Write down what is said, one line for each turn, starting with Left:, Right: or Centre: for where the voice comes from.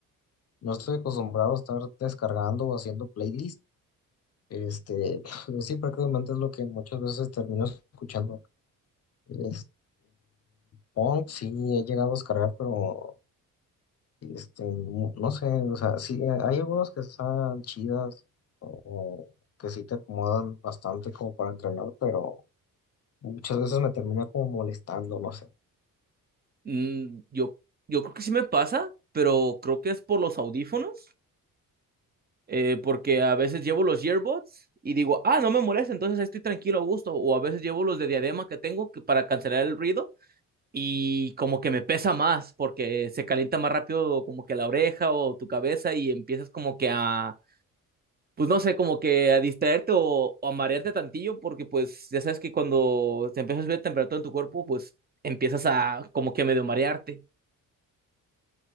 Left: no estoy acostumbrado a estar descargando o haciendo playlist, este, <laughs> pues sí, prácticamente es lo que muchas veces termino escuchando. Este, Pong sí he llegado a descargar, pero este, mu- no sé, o sea, sí, hay algunos que están chidas o, o que sí te acomodan bastante como para entrenar, pero muchas veces me termina como molestando, no sé.
Right: Mm, yo, yo creo que sí me pasa, pero creo que es por los audífonos, eh, porque a veces llevo los earbuds y digo, ah, no me molesta, entonces ahí estoy tranquilo, a gusto, o a veces llevo los de diadema que tengo que, para cancelar el ruido y como que me pesa más porque se calienta más rápido como que la oreja o tu cabeza y empiezas como que a, pues no sé, como que a distraerte o, o a marearte tantillo porque pues ya sabes que cuando te empiezas a subir la temperatura en tu cuerpo, pues empiezas a como que medio marearte.